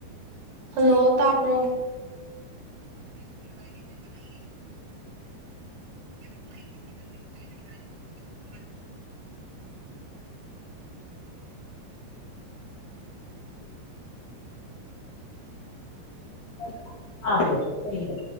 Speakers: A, on the right; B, on the left.
A: ꯍꯜꯂꯣ ꯇꯥꯕ꯭ꯔꯣ <unintelligible> <unintelligible>
B: <unintelligible> ꯇꯗ꯭ꯔꯦ ꯀꯩꯒꯤꯅꯣ